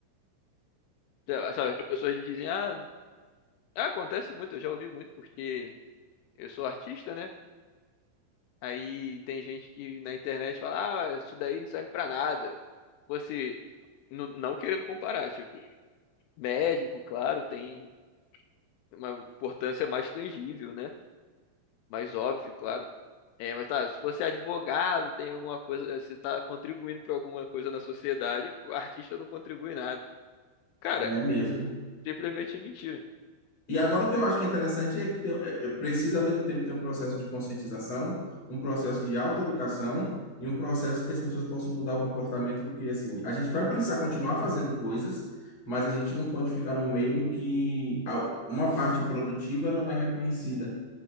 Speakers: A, on the left; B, on the left.
A: É, Sabe, as pessoas dizem, ah, acontece muito, eu já ouvi muito, porque eu sou artista, né? Aí tem gente que na internet fala, ah, isso daí não serve pra nada. Você, não, não querendo comparar, tipo, médico, claro, tem uma importância mais tangível, né? Mais óbvio, claro. É, mas tá, se você é advogado, tem alguma coisa, se tá contribuindo para alguma coisa na sociedade, o artista não contribui nada. Cara,
B: É mesmo.
A: simplesmente é mentira.
B: E agora o que eu acho que é interessante é que tem- é- é- precisa ao mesmo tempo ter um processo de conscientização, um processo de autoeducação e um processo que as pessoas possam mudar o comportamento, porque assim, a gente vai precisar continuar fazendo coisas, mas a gente não pode ficar no meio em que a- uma parte produtiva não é reconhecida,